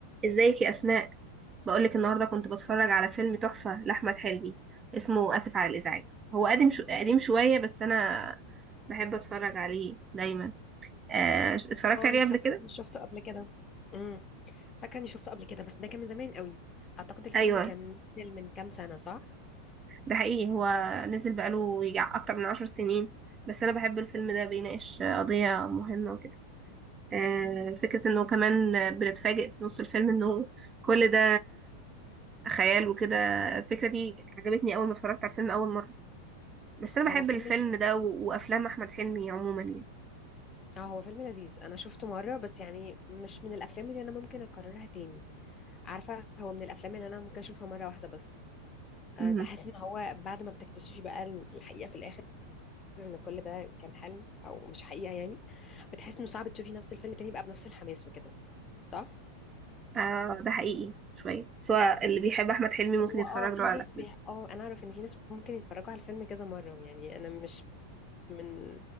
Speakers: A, on the right; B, on the left.
A: ازيك يا اسماء بقولك النهارده كنت بتفرج على فيلم تحفه لاحمد حلمي اسمه اسف على الازعاج هو قديم شو... قديم شويه بس انا بحب اتفرج عليه دايما آه... اتفرجت
B: اه
A: عليه
B: انا فاكره
A: قبل كده
B: اني شفته قبل كده امم فاكره اني شفته قبل كده بس ده كان من زمان قوي اعتقد الفيلم
A: ايوه
B: كان نزل من كام سنه صح
A: ده حقيقي هو نزل بقاله يجي اكتر من عشر سنين بس انا بحب الفيلم ده بيناقش قضيه مهمه وكده آه... فكره انه كمان بنتفاجئ في نص الفيلم انه كل ده خيال وكده الفكره دي عجبتني اول ما اتفرجت على الفيلم اول مره بس انا
B: هو
A: بحب
B: فيلم
A: الفيلم ده و... وافلام احمد حلمي عموما يعني
B: اه هو فيلم لذيذ انا شفته مره بس يعني مش من الافلام اللي انا ممكن اكررها تاني عارفه هو من الافلام اللي انا ممكن اشوفها مره واحده بس أه
A: مهم.
B: تحس ان هو بعد ما بتكتشفي بقى الحقيقه في الاخر ان كل ده كان حلم او مش حقيقه يعني بتحس انه صعب تشوفي نفس الفيلم تاني بقى بنفس الحماس وكده صح
A: آه ده حقيقي شويه سواء اللي بيحب احمد حلمي ممكن
B: بس هو
A: يتفرج
B: اه في
A: له على
B: ناس
A: الافلام
B: بي... اه انا اعرف ان في ناس ممكن يتفرجوا على الفيلم كذا مره يعني انا مش من